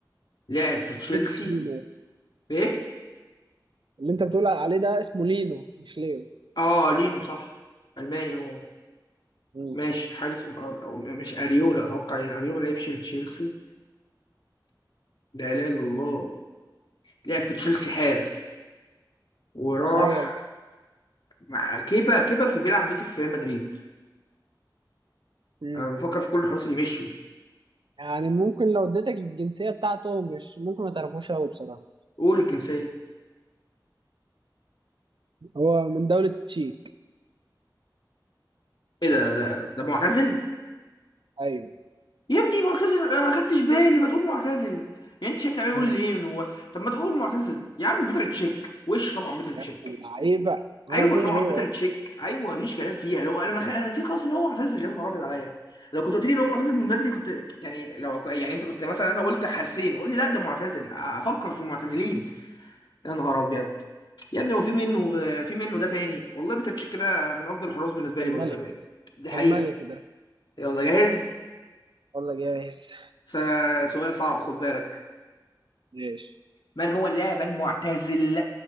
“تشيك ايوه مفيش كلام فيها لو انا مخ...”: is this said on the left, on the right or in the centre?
Left